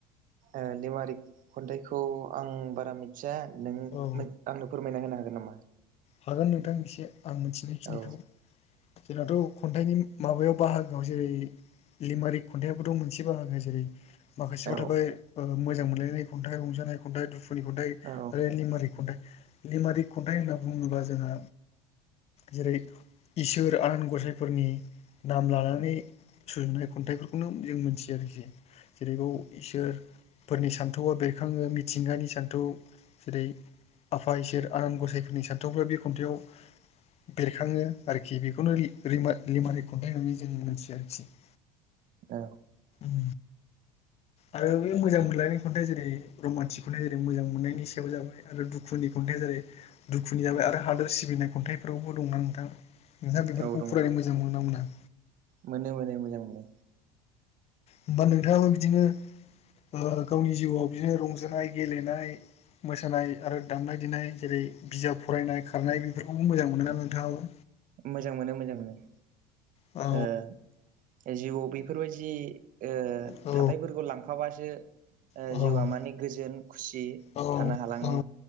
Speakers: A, on the right; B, on the left.
A: ओ लिमारिक खन्थाइखौ आं बारा मिथिया। नों
B: औ
A: मोद आंनो फोरमायना होनो हागोन नामा?
B: हागोन नोंथां एसे आं मोनथिनायखिनिखौ
A: औ
B: जोंनाथ' खन्थाइनि माबायाव बाहागोआव जेरै लिमारिक खन्थाइयाबोथ' मोनसे बाहागो जेरै माखासेयाव
A: औ
B: थाबाय ओ मोजां मोनलायनाय खन्थाइ रंजानाय खन्थाइ दुखुनि खन्थाइ
A: औ
B: आरो लिमारिक खन्थाइ लिमारिक खन्थाइ होनना बुङोबा जोंहा जेरै इसोर आन गसाइफोरनि नाम लानानै सुजुनाय खन्थाइफोरखौनो जों मोनथियो आरोखि जेरैबाव इसोर फोरनि सान्थौआ बेरखाङो मिथिंगानि सान्थौ जेरै आफा इसोर आनान गसाइख आंनि सान्थौफोर बे खन्थाइयाव बेरखाङो आरोखि बेखौनो लि रिमा लिमालिक खन्थाइ होननानै जों मोनथियो आरोखि। <inaudible>
A: औ।
B: उम। आरो बे मोजां मोनलायनाय खन्थाइ जेरै रमान्टिक खन्थाइ एरै मोजां मोननायनि सायाव जाबाय आरो दुखुनि खन्थाइ जेरै दुखुनि जाबाय आरो हादोर सिबिनाय खन्थाइफ्रावबो दंना नोंथां नोंथाङा बेफोरखौ
A: औ दङ
B: फरायनो मोजां मोनोना मोना?
A: मोनो मोनो मोजां मोनो।
B: होमबा नोंथाङाबो बिदिनो ओ गावनि जिउआव बिदिनो रंजानाय गेलेनाय मोसानाय आरो दामनाय देनाय जेरै बिजाब फरायनाय, खारनाय बेफोरखौबो मोजां मोनो ना नोंथाङाबो?
A: मोजां मोनो मोजां मोनो।
B: औ।
A: ओ जिउआव बेफोरबायदि ओ
B: औ
A: थाथायफोरखौ लांफाबासो ओ
B: औ
A: जिउआ माने गोजोन खुसि
B: औ
A: थानो हालाङो।
B: औ